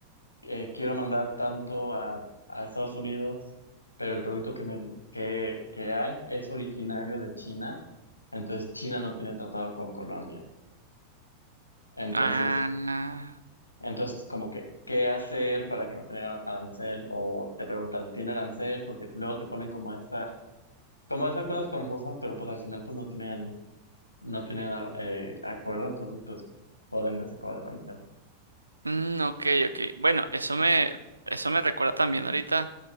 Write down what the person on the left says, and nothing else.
eh, quiero mandar tanto a, a Estados Unidos, pero el producto que, me, que, que hay es originario de China, entonces China no tiene tratado con Colombia. Entonces,
entonces como que, ¿qué hacer para que no tenga arancel? O te preguntan, ¿tiene arancel? Porque luego te ponen como esta, como esas cosas confusas, pero pues al final pues no tienen, no tienen eh, acuerdo, entonces pues por ende se cobra arancel.